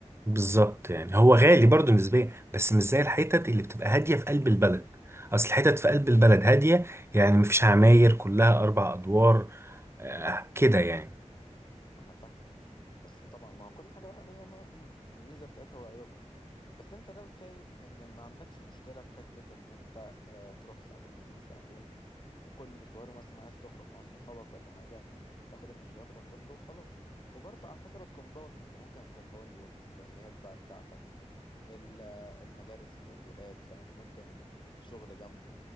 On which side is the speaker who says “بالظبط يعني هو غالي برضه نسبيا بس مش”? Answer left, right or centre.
Right